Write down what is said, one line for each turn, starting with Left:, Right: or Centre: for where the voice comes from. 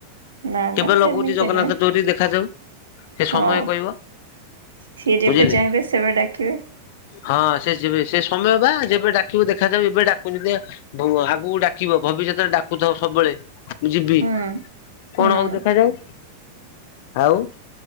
Right: ନା
Left: କେବେ
Right: ନା
Left: ଲଗଉଛି
Right: ସେମିତି
Left: ଜଗନ୍ନାଥ
Right: ନୁହେଁ
Left: ଡୋରୀ ଦେଖାଯାଉ ଏ
Right: ହଁ।
Left: ସମୟ କହିବ।
Right: ସିଏ ଯେବେ
Left: ବୁଝିଲେ
Right: ଚାହିଁବେ ସେବେ ଡାକିବେ।
Left: ହଁ ସେ ଯିବେ ସେ ସମୟ ବା ଯେ କେବେ ଡାକିବ ଦେଖାଯାଉ ଏବେ ଡାକୁଚନ୍ତି ବୁଅ ଆଗକୁ ଡାକିବ ଭବିଷ୍ୟତରେ ଡାକୁଥିବ ସବୁବେଳେ ଯିବି
Right: ହୁଁ ହୁଁ।
Left: କଣ ହଉ ଦେଖାଯାଉ ଆଉ?